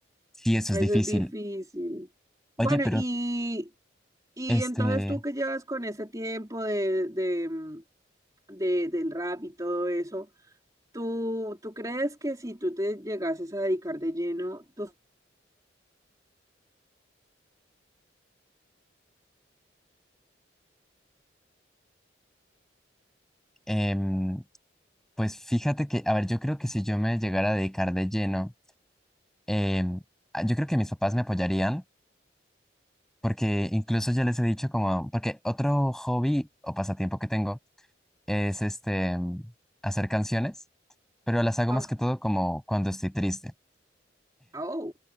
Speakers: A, in the centre; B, on the right.
A: Sí, eso
B: Eso
A: es difícil.
B: es difícil.
A: Oye,
B: Bueno,
A: pero
B: y, y
A: este,
B: entonces tú que llevas con ese tiempo de, de, mm, de- del rap y todo eso, ¿tú, tú crees que si tú te llegases a dedicar de lleno, tú...
A: em, pues fíjate que, a ver, yo creo que si yo me llegara a dedicar de lleno, em, a- yo creo que mis papás me apoyarían, porque incluso ya les he dicho como, porque otro hobby o pasatiempo que tengo es este, em, hacer canciones, pero las hago
B: Ah,
A: más que todo como cuando estoy triste.
B: Oh.